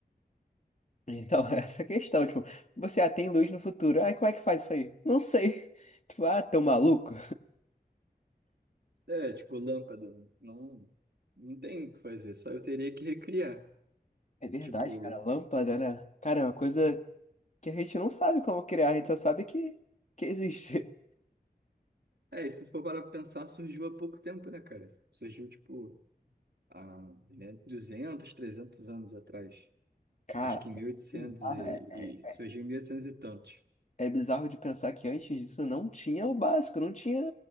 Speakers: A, on the left; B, on the right.
A: Então, <laughs> essa é a questão, tipo, você atém luz no futuro. Ai, como é que faz isso aí? Não sei. <laughs> Tipo, ah, tão maluco.
B: É, tipo, lâmpada. Não, não tem o que fazer, só eu teria que recriar.
A: É verdade,
B: Tipo.
A: cara. Lâmpada, né? Cara, é uma coisa que a gente não sabe como criar, a gente só sabe que, que existe.
B: É, e se for para pensar, surgiu há pouco tempo, né, cara? Surgiu, tipo, há, né, 200, 300 anos atrás.
A: <laughs> Cara,
B: Acho que em mil e, oitocentos
A: bizarro.
B: e
A: É,
B: e
A: é,
B: surgiu em 1800 e oitocentos e tantos.
A: é bizarro de pensar que antes disso não tinha o básico, não tinha